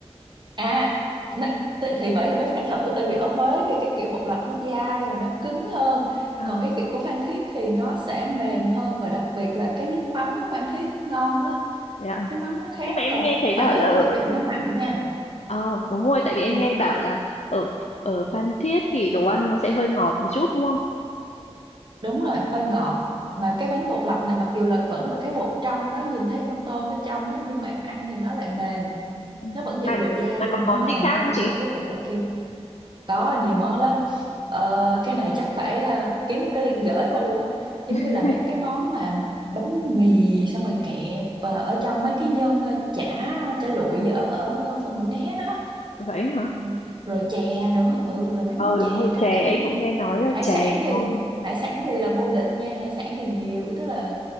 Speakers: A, on the right; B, on the left.
A: à nè, thì, thì bởi vì mới phải thử tại vì ở Huế thì cái kiểu bột lọc nó dai và nó cứng hơn
B: Ờ,
A: còn cái kiểu của Phan Thiết thì nó sẽ mềm hơn và đặc biệt là cái nước mắm của Phan Thiết nó ngon á
B: dạ.
A: nước mắm nó khác
B: Nhưng mà em
A: còn
B: nghe thấy
A: ở
B: bảo
A: Huế
B: là ở
A: thì cái vị nó mặn nha
B: ờ đúng rồi tại vì em
A: Ừ,
B: nghe bảo là ở ở Phan Thiết thì đồ ăn nó sẽ hơi ngọt một chút đúng không?
A: Đúng rồi, hơi ngọt. Mà cái bánh bột lọc này mặc dù là vẫn là cái bột trong đó, nhìn thấy con tôm ở trong á, nhưng mà em ăn thì nó lại mềm.
B: Ừ.
A: Nó vẫn
B: Mà
A: giữ độ dai
B: mà
A: nhưng
B: còn
A: mà
B: món
A: nó mềm
B: gì khác
A: hơn
B: không chị?
A: là cái bột lọc kia. Có nhiều món lắm. Ờ, cái này chắc phải à, kiếm một cái link gửi qua luôn á. Giống
B: <laughs>
A: như là mấy cái món mà bánh mì xong rồi kẹp ờ, ở trong mấy cái nhân ờ, chả chả lụi ở ở ờ, Mũi Né đó.
B: Vậy hả?
A: Ừ. Rồi chè nữa, ừ rồi mấy
B: Ờ
A: món chè
B: đúng rồi,
A: các
B: chè em
A: kiểu nữa
B: cũng nghe nói là
A: hải
B: chè
A: sản
B: ngon.
A: thì hải sản thì là vô địch nha hải sản thì nhiều tức là